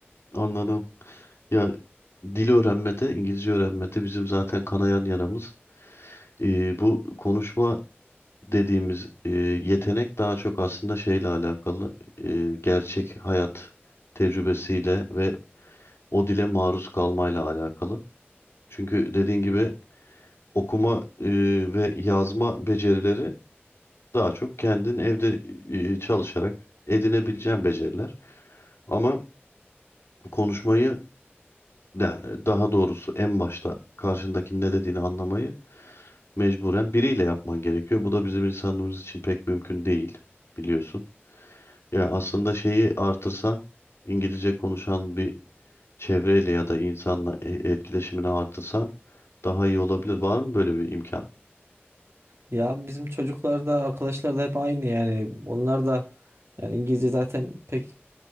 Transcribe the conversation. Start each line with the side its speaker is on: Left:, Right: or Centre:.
Left: anladım. Ya dil öğrenmede, İngilizce öğrenmede bizim zaten kanayan yaramız. Ee, bu konuşma dediğimiz e, yetenek daha çok aslında şeyle alakalı. e, gerçek hayat tecrübesiyle ve o dile maruz kalmayla alakalı. Çünkü dediğin gibi okuma e, ve yazma becerileri daha çok kendin evde e, çalışarak edinebileceğin beceriler. Ama konuşmayı de- daha doğrusu en başta karşındakinin ne dediğini anlamayı mecburen biriyle yapman gerekiyor. Bu da bizim insanımız için pek mümkün değil biliyorsun. Ya aslında şeyi artırsan İngilizce konuşan bir çevreyle ya da insanla e- etkileşimini artırsan daha iyi olabilir. Var mı böyle bir imkan?
Right: Ya bizim çocuklar da arkadaşlar da hep aynı yani. Onlar da yani İngilizce zaten pek